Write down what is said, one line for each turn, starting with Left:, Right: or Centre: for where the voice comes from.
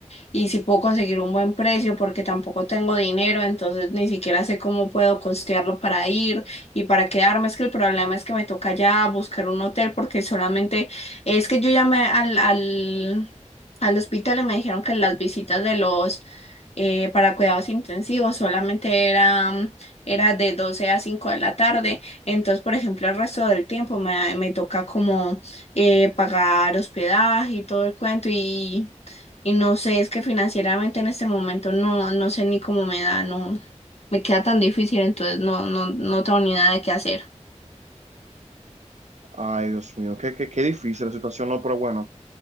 Left: y si puedo conseguir un buen precio porque tampoco tengo dinero, entonces ni siquiera sé cómo puedo costearlo para ir y para quedarme. Es que el problema es que me toca ya buscar un hotel porque solamente es que yo llamé al, al, al hospital y me dijeron que las visitas de los eh, para cuidados intensivos, solamente era, mm, era de 12 a 5 de la tarde. Entonces, por ejemplo, el resto del tiempo me, me toca como eh, pagar hospedaje y todo el cuento y, y no sé, es que financieramente en este momento no, no sé ni cómo me da, no me queda tan difícil, entonces no, no, no tengo ni nada de qué hacer.
Right: Ay, Dios mío, qué, qué, qué difícil la situación, ¿no? Pero bueno.